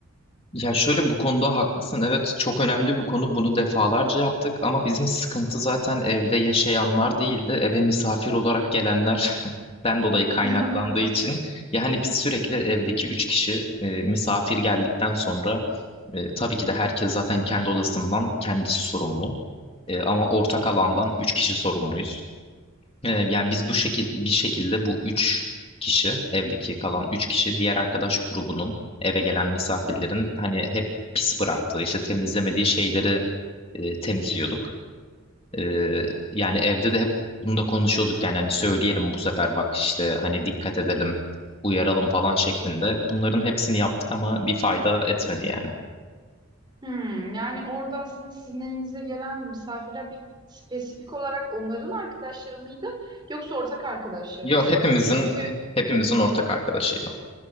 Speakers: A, on the left (about 30°); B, on the right (about 20°).
A: Ya şöyle bu konuda haklısın. Evet çok önemli bir konu. Bunu defalarca yaptık ama bizim sıkıntı zaten evde yaşayanlar değildi. Eve misafir olarak gelenler <laughs> ben dolayı kaynaklandığı
B: <laughs>
A: için. Yani biz sürekli evdeki üç kişi e, misafir geldikten sonra e, tabii ki de herkes zaten kendi odasından kendisi sorumlu. E, ama ortak alandan üç kişi sorumluyuz. Ee, yani biz bu şekil bir şekilde bu üç kişi evdeki kalan üç kişi diğer arkadaş grubunun eve gelen misafirlerin hani hep pis bıraktığı işte temizlemediği şeyleri e, temizliyorduk. Ee, yani evde de hep bunu da konuşuyorduk yani hani söyleyelim bu sefer bak işte hani dikkat edelim uyaralım falan şeklinde. Bunların hepsini yaptık ama bir fayda etmedi yani.
B: Hmm, yani orada aslında sizin evinize gelen misafirler pek spesifik olarak onların arkadaşları mıydı yoksa ortak arkadaşlarınız
A: Yo hepimizin
B: şeklinde mi? Çünkü
A: hepimizin ortak arkadaşıydı.